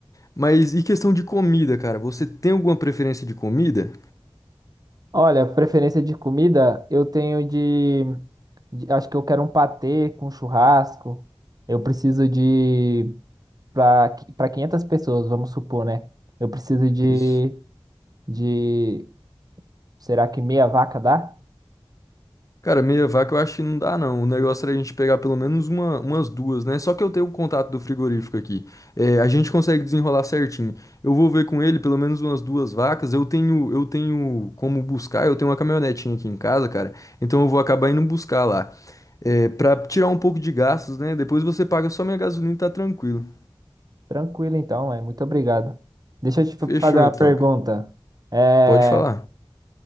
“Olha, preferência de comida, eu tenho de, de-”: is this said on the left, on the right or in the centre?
Right